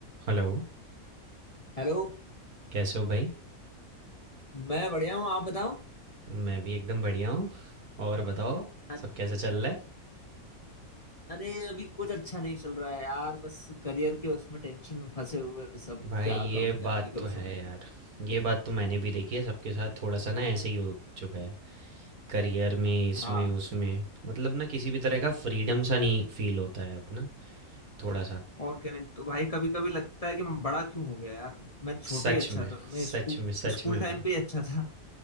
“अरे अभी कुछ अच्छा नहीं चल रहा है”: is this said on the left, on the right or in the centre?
Left